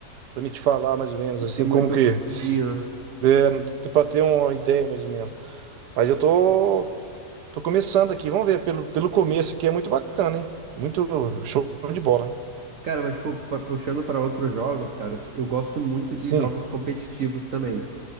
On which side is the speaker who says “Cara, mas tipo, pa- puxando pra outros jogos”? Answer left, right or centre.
Right